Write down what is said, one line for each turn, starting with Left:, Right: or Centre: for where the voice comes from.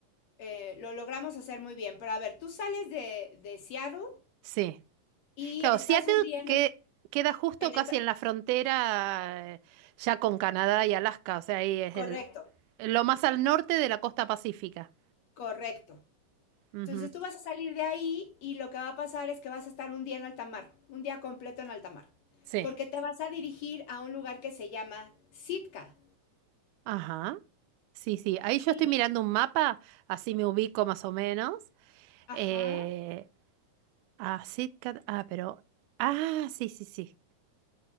Left: eh, lo logramos hacer muy bien. Pero a ver, tú sales de, de Seattle
Right: sí.
Left: y
Right: Claro,
Left: estás
Right: Seattle
Left: un día en
Right: que
Left: el...
Right: queda justo
Left: En
Right: casi
Left: esta,
Right: en la frontera eh, ya con Canadá y Alaska, o sea, ahí es
Left: correcto,
Right: el, lo más al norte de la costa pacífica.
Left: correcto.
Right: Ujú,
Left: Entonces tú vas a salir de ahí y lo que va a pasar es que vas a estar un día en alta mar, un día completo en alta mar,
Right: Sí.
Left: porque te vas a dirigir a un lugar que se llama Sitka.
Right: Ajá. Sí, sí, ahí yo
Left: Y,
Right: estoy mirando un mapa, así me ubico más o menos.
Left: ajá,
Right: Eh, ah, Sitka- ah, pero, ah, sí, sí, sí.